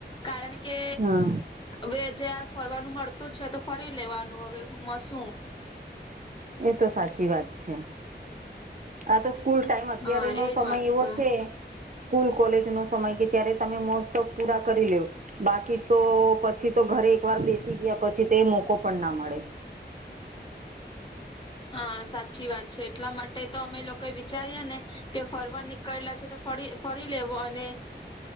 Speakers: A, on the left; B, on the right.
A: કારણ કે
B: હા
A: હવે જાર ફરવાનું મળતું છે તો ફરી લેવાનું હવે હું માં શું
B: એ તો સાચી વાત છે. આ તો સ્કૂલ ટાઈમ અત્યારે
A: હા
B: નો
A: એજ
B: સમય
A: વાત
B: એવો
A: પણ
B: છે સ્કૂલ કોલેજ નો સમય કે ત્યારે તમે મોજ શોક પૂરા કરી લ્યો. બાકી તો પછી તો ઘરે એક વાર બેસી ગયા પછી તો એ મોકો પણ ના મળે.
A: હા સાચી વાત છે એટલા માટે તો અમે લોકો વિચારીએ ને કે ફરવા નીકળેલા છે તો ફળી ફરી લેવો અને